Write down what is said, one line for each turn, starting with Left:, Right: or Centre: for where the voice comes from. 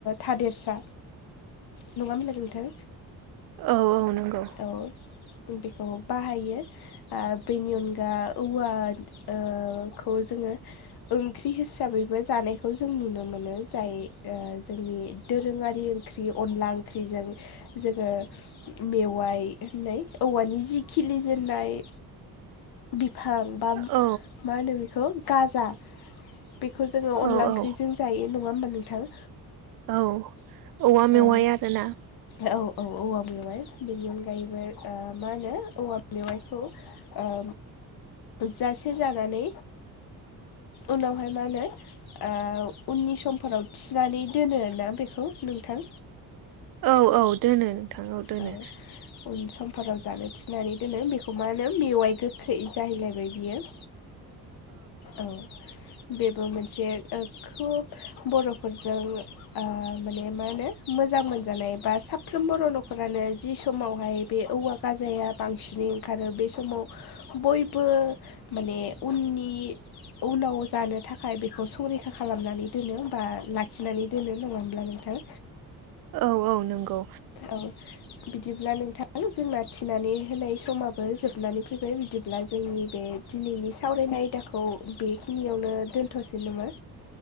Left: थादेरसा नङा होमब्ला नोंथां?
Right: औ औ नंगौ
Left: औ बेखौ बाहायो ओ बेनि अनगा औवाखौ जोंङो ओंख्रि हिसाबैबो जानायखौ जों नुनो मोनो जाय ओ जोंनि दोरोङारि ओंख्रि अनला ओंख्रिजों जोंङो मेवाइ होननाय औवानि जि खिलिजेननाय बिफां बा मा
Right: औ
Left: होनो बेखौ गाजा बेखौ जोंङो
Right: औ
Left: अनला ओंख्रिजों
Right: औ
Left: जायो नङा होमबा नोंथां
Right: औ औवा मेवाइ
Left: औ
Right: आरोना।
Left: औ औ औवा मेवाय बेनि अनगायैबो ओ मा होनो औवा मेवाइखौ ओ जासे जानानै उनावहाय मा होनो ओ उननि समफोराव थिनानै दोनो ना बेखौ नोंथां
Right: औ औ दोनो। नोंथां दोनो
Left: औ उन समफोराव जानो थिनानै दोनो बेखौ मा होनो मेवाइ गोखै जाहैलायबाय बियो। औ बेबो मोनसे खोब बर'फोरजों ओ माने मा होनो मोजां मोनजानाय बा साफ्रोमबो बर' न'खर नखरानो जि समावहाय बे औवा गाजाया बांसिनै ओंखारो बे समाव बयबो माने उननि उनाव जानो थाखाय बेखौ संरैखा दोनो बा लाखिनानै दोनो नङा होमब्ला नोंथां।
Right: औ औ नंगौ।
Left: औ बिदिब्ला नोंथां जोंना थिनानै होनाय समाबो जोबनानै फैबाय बिदि अब्ला जोंनि बे दिनैनि सावरायनाय आयदाखौ बेखिनियावनो दोनथ'सै नामा?